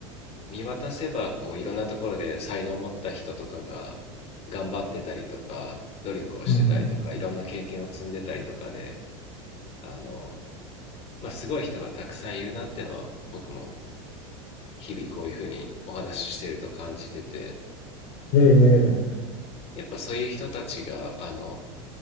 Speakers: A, on the left (about 40°); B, on the left (about 60°).
A: 見渡せば、こう、いろんなところで才能を持った人とかが頑張ってたりとか、努力をしてたりとか、
B: うん、
A: いろんな経験を積んでたりとかで、あの、まあ、すごい人がたくさんいるなってのは僕も日々こういうふうにお話ししてると感じてて
B: ええ、
A: やっぱそういう人たちがあの